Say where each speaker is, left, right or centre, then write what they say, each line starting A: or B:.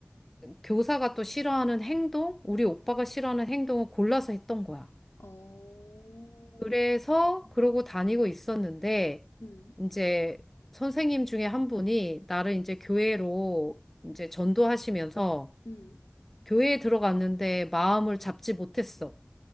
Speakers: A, in the centre; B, on the left.
A: 교사가 또 싫어하는 행동, 우리 오빠가 싫어하는 행동을 골라서 했던 거야.
B: 어,
A: 그래서
B: 아,
A: 그러고
B: 네.
A: 다니고 있었는데
B: 음,
A: 이제 선생님 중에 한 분이 나를 이제 교회로 이제 전도하시면서
B: 음,
A: 교회에 들어갔는데 마음을 잡지 못했어.